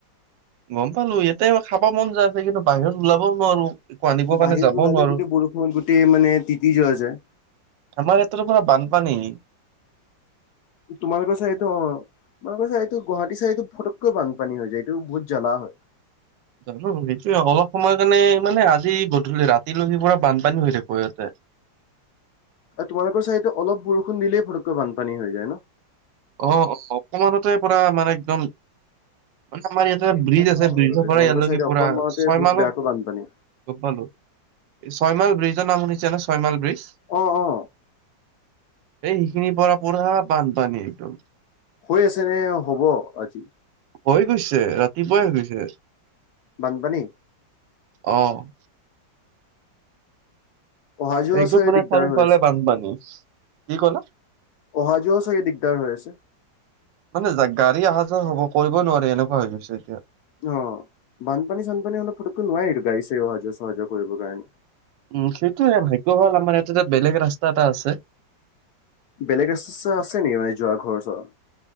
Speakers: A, on the right; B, on the left.
A: গম পালো, ইয়াতে খাব মন যায় আছে কিন্তু বাহিৰত ওলাবও নোৱাৰো। একো আনিবৰ
B: বাহিৰত
A: কাৰণে যাবও
B: ওলালেও
A: নোৱাৰো
B: গোটেই বৰষুণ, গোটেই মানে তিতি যোৱা যায়।
A: আমাৰ ইয়াত পুৰা বানপানী।
B: তোমালোকৰ চাইড অ'। তোমালোকৰ চাইডৰ এইটো গুৱাহাটীৰ চাইটো ফটকৈ বানপানী হৈ যায়, এইটো বহুত জ্বালা হয়।
A: জানো, সেইটোয়ে অলপ সময় কাৰণে মানে আজি গধূলি ৰাতি লৈকে পুৰা বানপানী হৈ থাকিব ইয়াতে।
B: আৰু তোমালোক চাইটত অলপ বৰষুণ দিলেই ফটকৈ বানপানী হৈ যায় ন?
A: অ' অকমানতে পুৰা মানে একদম মানে আমাৰ ইয়াতে
B: সেইটো
A: ব্ৰিজ
B: গম
A: আছে,
B: পাওঁ বাৰু
A: ব্ৰিজৰ পৰা
B: তোমালোকৰ
A: ইয়ালৈকে
B: চাইডে
A: পুৰা
B: অকল মাহতে
A: ছয়
B: বহুত
A: মাহত
B: বেয়াকৈ বানপানী
A: গম পালো ছয় মাইল ব্ৰিজৰ নাম, শুনিছে নে ছয় মাইল ব্ৰিজ।
B: অ' অ'।
A: এই সেইখিনিৰ পৰা পুৰা বানপানী। একদম
B: হৈ আছে নে হ'ব আজি?
A: হৈ গৈছে, ৰাতিপুৱাই হৈ গৈছে।
B: বান পানী?
A: অ'।
B: অহা যোৱা
A: একদম
B: চাগে
A: মানে
B: দিগদাৰ
A: চাৰিওফালে
B: হৈ আছে
A: বানপানী, কি ক'লা?
B: অহা যোৱা চাগে দিগদাৰ হৈ আছে?
A: মানে গাড়ী অহা যোৱা হ'ব কৰিব নোৱাৰি এনেকুৱা হৈ গৈছে এতিয়া।
B: অ', বানপানী চানপানী হলে অলপ ফুটকো নোৱাৰি এইটো গাডী চাৰি অহা যোৱা চহা জোৱা কৰিবৰ কাৰণে।
A: উম, সেইটোয়ে ভাগ্য ভাল আমাৰ ইয়াতে যে বেলেগ ৰাস্তা এটা আছে।
B: বেলেগ ৰাস্তা আছে নেকি, ম যোৱা ঘৰ ওচৰত?